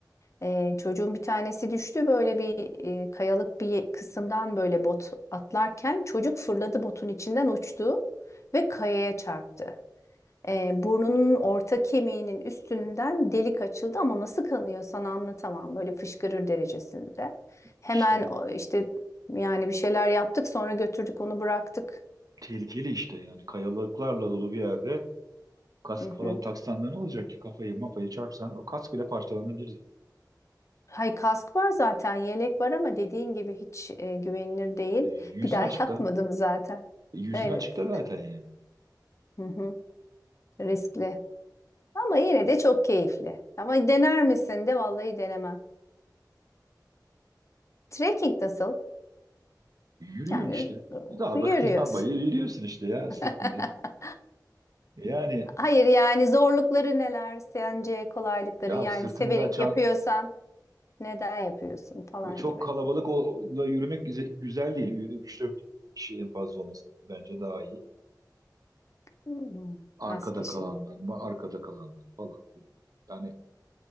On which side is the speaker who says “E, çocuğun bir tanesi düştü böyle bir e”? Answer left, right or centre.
Left